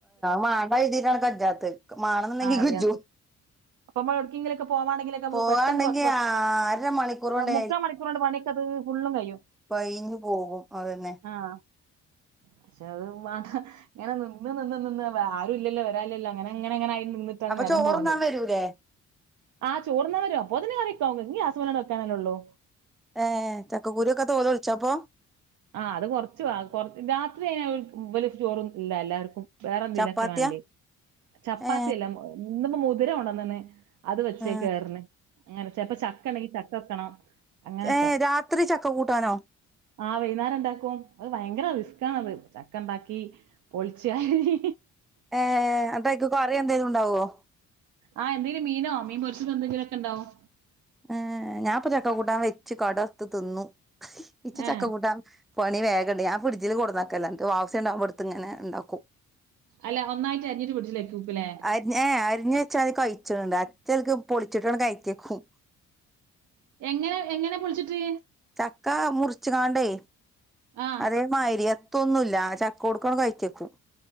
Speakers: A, in the centre; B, on the right.
A: മാണ്ട എഴുതിട്ടാണ് കഞ്ചാത്ത് മാണന്നുണ്ടെങ്കി
B: ആഹ് കഴിയാത്തത്
A: കിജു
B: അപ്പൊ നമ്മൾ എടക്കെങ്കിലൊക്കെ പോവാണെങ്കിലൊക്കെ
A: പോകാണ്ടെങ്കി
B: പെട്ടെന്ന് പത്ത്
A: അര മണിക്കൂർ കൊണ്ട്
B: മുക്കാ മണിക്കൂറിണ്ട് പണ ത് ഉും കഴിയും
A: പൈഞ്ഞു പോകും അതന്നെ
B: ആഹ് പക്ഷെ അത് വ ങ്ങനെ നിന്ന് നിന്ന് നിന്ന് വ ആരുംല്ലല്ലോ വരാല്ലല്ലോ അങ്ങനെങ്ങനെങ്ങനായ് നിന്ന്ട്ടാണ്
A: അപ്പൊ
B: നേരം
A: ചോറ്ന്നാൻ
B: പോണെ
A: വരൂലേ
B: ആ ചോർന്നാവരും അപ്പോത്ത്ന് കറ്യാെക്കാവും ഗ്യാ സ്മ്മലാണ്ട് വെക്കാനെല്ലെള്ളൂ
A: ഏ ചക്കക്കുരാെക്കെ തോലാെൽച്ചാെ അപ്പം
B: ആ അത് കൊർച്ച് വാ കൊർ രാത്രി ആയ്ന ബല് ചോർന്നുംല്ല എല്ലാര്ക്കും വേറെന്തേലാെക്കെ
A: ചപ്പാത്തിയാ
B: വാണ്ട്യെ ചപ്പാത്തിയല്ല
A: ഏ
B: ഇന്ന്പ്പം മുത് ര കൊണ്ടന്ന്ണ് അത് വച്ചേക്ക്റ്ന്ന്
A: ആ
B: ഏ അങ്ങനെ ചെൽപ്പ ചക്കണ്ടെങ്കി ചക്ക വെക്കണം അങ്ങനൊക്കെ
A: ഏ രാത്രി ചക്ക കൂട്ടാനോ
B: ആ വൈന്നേരണ്ടാക്കും അത് ഭയങ്കര റിസ്ക്കാണത് ചക്കണ്ടാക്കി പൊളിച്ച് അരി
A: ഏ അപ്പയ്ക്ക് കറി എന്തേലുണ്ടാവോ
B: ആ എന്തെങ്കിലും മീനോ മീൻ പൊര്ച്ച്തെന്തെങ്കിലൊക്കെണ്ടാവും
A: ഏ ഞാൻപ്പൊ ചക്ക കൂട്ടാൻ വെച്ച് കടർത്ത് തിന്നു ഇച്ച് ചക്ക
B: ഏ
A: കൂട്ടാൻ പണി വേഗണ്ട് ഞാ ഫ്രിഡ്ജ്ല് കൊട്ന്നക്കലാ ൻക്ക് ആവ്സ്യണ്ടാവ്മ്പ ട്ത്ത്ങ്ങനെണ്ടാക്കും
B: അല്ല ഒന്നായിട്ട് അരിഞ്ഞിട്ട് ഫ്രിഡ്ജിലെക്കൂക്കുലേ
A: അര് ഏ അര്ഞ്ഞെച്ചാ അത് കയ് ച്ച്ണ്ട് അച്ചേക്ക് പൊൾച്ചിട്ടാണ്ട് കയറ്റ്യെക്കും
B: എങ്ങനെ എങ്ങനെ പൊളിച്ചിട്ട്
A: ചക്ക മുർച്ച്കാണ്ടേ
B: ആ
A: അതേ മായ്രി തൊന്നുമല് ചക്കാേട്ക്കാണ്ട് കയ്റ്റ്യെക്കും